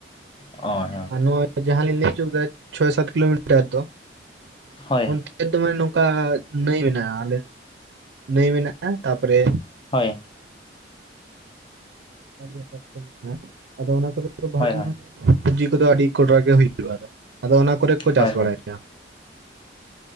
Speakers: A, on the left; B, on the right.
A: ᱦᱳᱭ
B: ᱟᱨ ᱱᱚᱜᱼᱚᱭ ᱡᱟᱦᱟᱸ ᱞᱤᱧ ᱞᱟᱹᱭ ᱦᱚᱪᱚ ᱠᱮᱫᱟ ᱪᱷᱚᱭ ᱥᱟᱛ ᱠᱤᱞᱳᱢᱤᱴᱟᱨ ᱫᱚ
A: ᱦᱳᱭ
B: ᱚᱱᱛᱮ ᱫᱚ ᱢᱟᱱᱮ ᱱᱚᱝᱠᱟ ᱱᱟᱹᱭ ᱢᱮᱱᱟᱜᱼᱟ ᱟᱞᱮ ᱱᱟᱹᱭ ᱢᱮᱱᱟᱜᱼᱟ ᱛᱟᱯᱚᱨᱮ
A: ᱦᱳᱭ
B: ᱢᱮᱱᱟᱜᱼᱟ ᱟᱫᱚ ᱚᱱᱟ ᱠᱚᱨᱮ ᱫᱚ ᱵᱷᱟᱜᱤ
A: ᱦᱳᱭ ᱦᱳᱭ
B: ᱢᱟᱱᱮ ᱥᱚᱵᱡᱤ ᱠᱚᱫᱚ ᱟᱹᱰᱤ ᱠᱚᱰᱨᱟ ᱜᱮ ᱦᱩᱭᱩᱜᱼᱟ ᱟᱫᱚ ᱚᱱᱟ ᱠᱚᱨᱮ ᱠᱚ
A: ᱦᱳᱭ
B: ᱪᱟᱥ ᱵᱟᱲᱟᱭᱟ
A: ᱦᱳᱭ